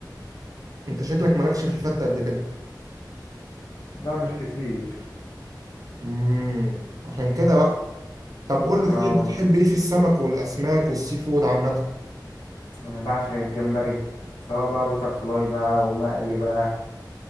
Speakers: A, on the right (about 50°); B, on the left (about 70°).
A: انت شكلك مالكش في الفته قد كده
B: ده مش كتير
A: مم. عشان كده بقى طب قول
B: اه
A: لي طيب
B: والله.
A: بتحب ايه في السمك والاسماك والسي فود عامه
B: انا بعشق الجمبري سواء بقى بتر فلاي بقى ومقلي بقى